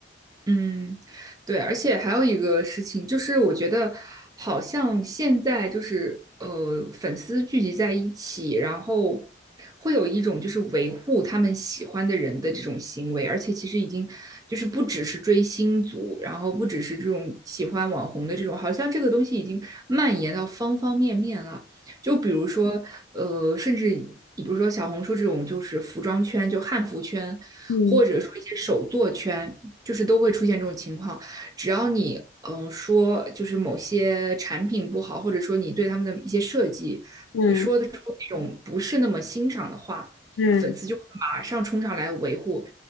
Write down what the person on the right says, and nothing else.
嗯，对，而且还有一个事情，就是我觉得好像现在就是呃，粉丝聚集在一起，然后会有一种就是维护他们喜欢的人的这种行为，而且其实已经就是不只是追星族，然后不只是这种喜欢网红的这种，好像这个东西已经蔓延到方方面面了。就比如说呃，甚至你比如说小红书这种，就是服装圈，就汉服圈，
或者说一些手作圈。就是都会出现这种情况。只要你嗯、呃说就是某些产品不好，或者说你对他们的一些设计
说的出那种不是那么欣赏的话，
粉丝就会马上冲上来维护，